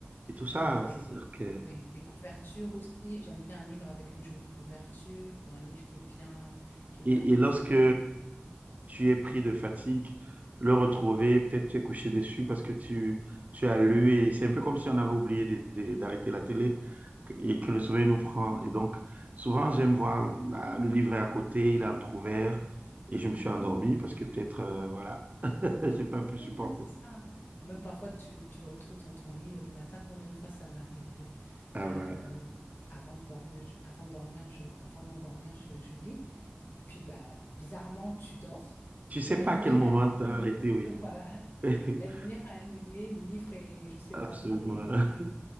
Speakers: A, on the right; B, on the left.
A: et tout ça,
B: Voilà, la- les,
A: c'est-à-dire que
B: oui, les couvertures aussi. J'aime bien un livre avec une jolie couverture ou un livre qui est bien, qui est
A: Et,
B: bien présenté.
A: et lorsque tu es pris de fatigue, le retrouver, peut-être tu es couché dessus parce que tu, tu as lu et c'est un peu comme si on avait oublié de- de- d'arrêter la télé et que le sommeil nous prend. Et donc, souvent, j'aime voir la- le livre est à côté, il est entrouvert et je me suis endormi parce que peut-être, euh, voilà, <laughs> j'ai pas pu
B: Oui,
A: supporter.
B: non, c'est ça. hein. Même parfois, tu, tu le retrouves dans ton lit euh, le matin. Combien de fois ça m'est arrivé?
A: Ah,
B: Euh,
A: voilà.
B: avant de dormir, je- avant de dormir, je, avant de m'endormir, je, je lis. Et puis, bah, bizarrement, tu dors.
A: Tu sais
B: La
A: pas
B: lumière
A: à quel moment
B: est
A: t'as
B: allumée.
A: arrêté, oui.
B: <laughs> Voilà.
A: <laughs>
B: La lumière est allumée, le livre est je sais
A: Absolument.
B: pas où. Et, et,